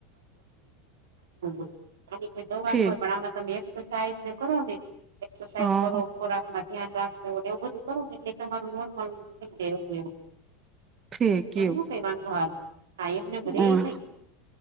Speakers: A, on the right (about 70°); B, on the right (about 30°).
A: <inaudible> <unintelligible> આની કોઈ દવા
B: છે
A: ન હોય પણ આમાં તમે એક્સરસાઇઝ ને કરો ને એક્સરસાઇઝ
B: હ
A: કરો, ખોરાકમાં ધ્યાન રાખો ને એવું બધું કરો ને એટલે તમારું નોર્મલ થઈ જાય હતું એવું.
B: ઠેકયું
A: એમ ન કોઈ વાંધો આવે. હા એમને મળે
B: ઊ
A: નહી